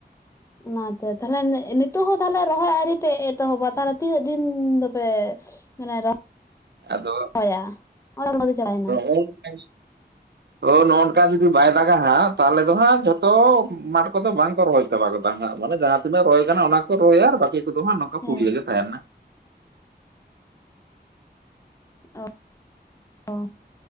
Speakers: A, on the left; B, on the right.
A: ᱚᱱᱟᱛᱮ ᱛᱟᱦᱞᱮ ᱱᱤᱛᱚᱜ ᱦᱚᱸ ᱛᱟᱦᱞᱮ ᱨᱚᱦᱚᱭ ᱟᱹᱨᱤ ᱯᱮ ᱮᱛᱚᱦᱚᱵᱟ ᱛᱟᱦᱚᱞᱮ ᱛᱤᱱᱟᱹᱜ ᱫᱤᱱ ᱫᱚᱯᱮ? ᱢᱟᱱᱮ ᱨᱚ
B: ᱟᱫᱚ
A: ᱦᱚᱭᱟ ᱚᱱᱟ <unintelligible>
B: <inaudible>
A: <inaudible>
B: ᱚ ᱱᱚᱜ ᱱᱚᱝᱠᱟ ᱡᱩᱫᱤ ᱵᱟᱭ ᱫᱟᱜᱟ ᱦᱟᱸᱜ ᱛᱟᱦᱚᱞᱮ ᱫᱚ ᱦᱟᱸᱜ ᱡᱷᱚᱛᱚ ᱢᱟᱴ ᱠᱚᱫᱚ ᱵᱟᱝ ᱠᱚ ᱨᱚᱦᱚᱭ ᱪᱟᱵᱟ ᱜᱚᱫᱟ ᱦᱟᱸᱜ ᱢᱟᱱᱮ ᱡᱟᱦᱟᱸ ᱛᱤᱱᱟᱹᱜ ᱨᱚᱦᱚᱭ ᱜᱚᱱᱳᱜ ᱟ ᱚᱱᱟ ᱠᱚ ᱨᱚᱦᱚᱭᱟ ᱟᱨ ᱵᱟᱠᱤ ᱠᱚᱫᱚ ᱦᱟᱸᱜ
A: ᱦᱮᱸ
B: ᱯᱩᱲᱤᱭᱟᱹ ᱜᱮ ᱛᱟᱦᱮᱱᱟ᱾
A: ᱚ ᱚ